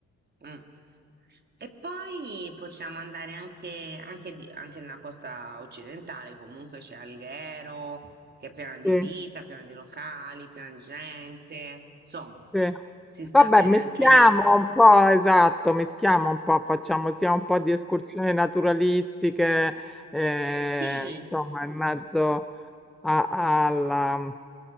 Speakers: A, on the right (about 35°); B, in the centre.
A: Mm. E poi possiamo andare anche, anche, di- anche nella costa occidentale, comunque c'è Alghero, che è piena di
B: sì,
A: vita, piena di locali, piena di gente. Insomma,
B: sì.
A: si sta
B: Vabbè,
A: bene
B: mischiamo
A: anche lì.
B: un po', esatto, mischiamo un po', facciamo sia un po' di escursioni naturalistiche, eh,
A: Eh, sì,
B: insomma, in mezzo a- alla